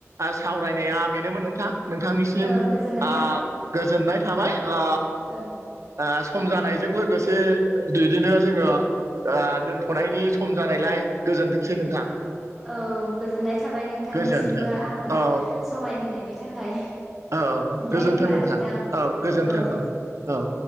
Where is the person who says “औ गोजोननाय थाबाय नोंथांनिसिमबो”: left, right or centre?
Centre